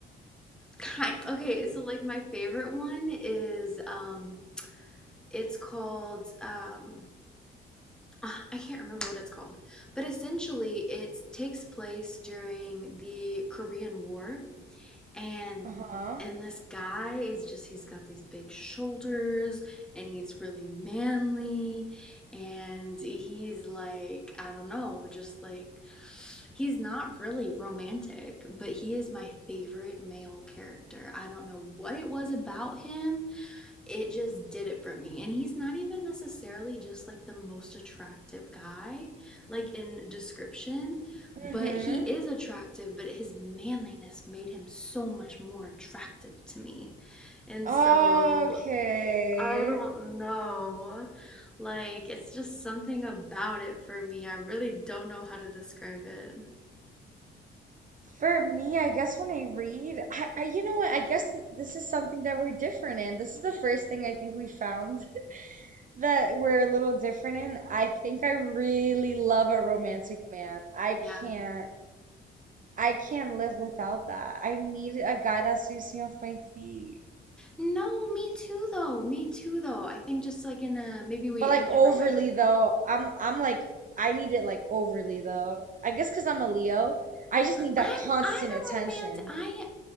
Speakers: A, in the centre; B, on the right.
A: kind, okay, so like my favorite one is, um, it's called, um, ah, I can't remember what it's called, but essentially it takes place during the Korean War. and
B: Uh-huh.
A: and this guy is just he's got these big shoulders and he's really manly and he's like i don't know just like he's not really romantic but he is my favorite male character i don't know what it was about him it just did it for me. And he's not even necessarily just like the most attractive guy, like in description, but
B: Mm-hmm.
A: he is attractive, but his manliness made him so much more attractive to me. And
B: Okay.
A: so I don't know. Like, it's just something about it for me. I really don't know how to describe it.
B: For me, I guess when I read, I, I you know what? I guess th- this is something that we're different in. This is the first thing I think we found <laughs> that we're a little different in. I think I really love a romantic man. I
A: Yeah.
B: can't I can't live without that. I need a guy that sweeps me off my feet.
A: No, me too though. Me too though. I think just like in a maybe we
B: But like
A: in a different
B: overly
A: way.
B: though, I'm I'm like I need it like overly though. I guess 'cause I'm a Leo, I just need
A: I'm
B: that constant
A: I'm a
B: attention.
A: romantic I